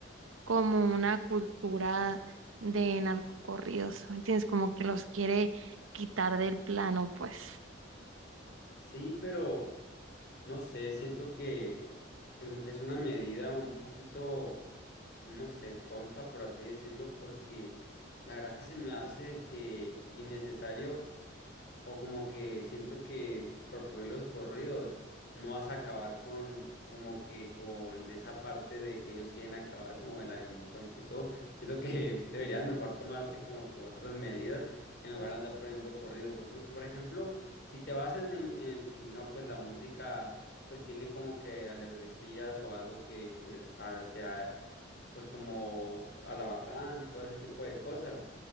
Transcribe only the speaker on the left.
Sí, pero No sé, siento que em, es una medida un poquito, no sé, tonta por así decirlo, porque la verdad que se me hace que innecesario. O como que siento que por prohibir los corridos no vas a acabar con como que con esa parte de que ellos quieren acabar como de la delincuencia y todo. Siento que <laughs> deberían mejor tomarse como que otras medidas en lugar de andar prohibiendo corridos, pues porque por ejemplo, si te vas en el, en el que no, pues la música pues tiene como que alebrestillas o algo que pues hacia pues como a la matanza y todo ese tipo de cosas